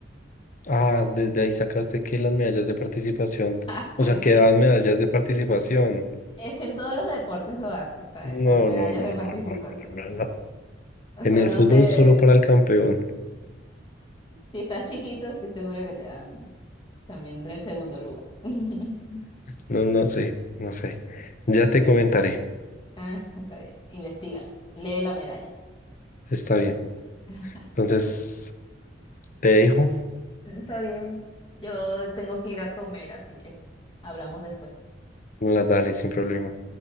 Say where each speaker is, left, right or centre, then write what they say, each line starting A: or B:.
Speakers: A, on the left (about 45°); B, on the left (about 30°).
A: Ah, desde ahí sacaste que las medallas de participación,
B: <laughs>
A: o
B: Existe.
A: sea, que daban medallas de participación.
B: Es que en todos los deportes lo hacen, ¿sabes?
A: No,
B: Las medallas
A: no, no,
B: de participación.
A: no, no, no, no. no.
B: O
A: En
B: sea,
A: el
B: no
A: fútbol
B: sé.
A: solo para el campeón.
B: Si estás chiquito, estoy segura que te dan también del segundo lugar. <laughs>
A: No, no sé, no sé. Ya te comentaré.
B: Ah, está bien. Investígalo. Lee la medalla.
A: Está bien.
B: <laughs>
A: Entonces, te dejo.
B: Está bien. Yo tengo que ir a comer, así que hablamos después.
A: La dale sin problema.